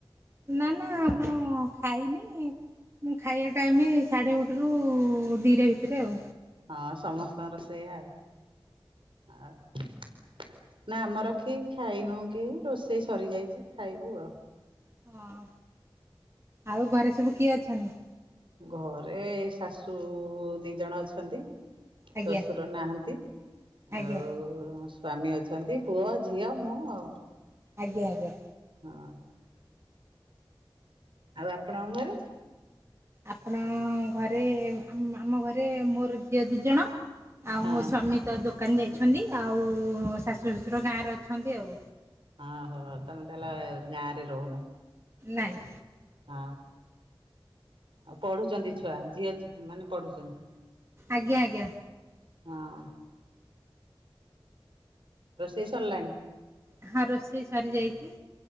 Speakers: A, on the right (about 30°); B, on the right (about 70°).
A: ନା ନା ମୁଁ ଖାଇନି ମୁଁ ଖାଇବା ଟାଇମ ସାଢ଼େ ଗୋଟେ ରୁ ଦିଟା ଭିତରେ ଆଉ
B: ହଁ ସମସ୍ତଙ୍କର ସେଇୟା ଆଉ ଆଉ ନା ଆମର କେହି ଖାଇନୁ କେହି ରୋଷେଇ ସରିଯାଇଛି ଖାଇବୁ ଆଉ
A: ହଁ ଆଉ ଘରେ ସବୁ କିଏ ଅଛନ୍ତି?
B: ଘରେ ଶାଶୁ ଦି ଜଣ ଅଛନ୍ତି
A: ଆଜ୍ଞା
B: ଶ୍ୱଶୁର ନାହାନ୍ତି
A: ଆଜ୍ଞା
B: ଆଉ ସ୍ଵାମୀ ଅଛନ୍ତି ପୁଅ ଝିଅ ମୁଁ ଆଉ।
A: ଆଜ୍ଞା ଆଜ୍ଞା
B: ହଁ ଆଉ ଆପଣଙ୍କ ଘରେ?
A: ଆପଣ ଘରେ ଆମ ଆମ ଘରେ ମୋର ଝିଅ ଦି ଜଣ ଆଉ
B: ହଁ
A: ମୋ ସ୍ଵାମୀ ତ ଦୋକାନ ଯାଇଛନ୍ତି। ଆଉ ଶାଶୁର ଶ୍ୱଶୁର ଗାଁରେ ଅଛନ୍ତି ଆଉ।
B: ଓହୋ ତମେ ତାହେଲେ ଗାଁ ରେ ରହୁନ?
A: ନାଇଁ।
B: ହଁ ଆଉ ପଢୁଛନ୍ତି ଛୁଆ ଝିଅ ମାନେ ପଢୁଛନ୍ତି?
A: ଆଜ୍ଞା ଆଜ୍ଞା।
B: ହଁ। ରୋଷେଇ ସରିଲାଣି?
A: ହଁ ରୋଷେଇ ସରିଯାଇଛି।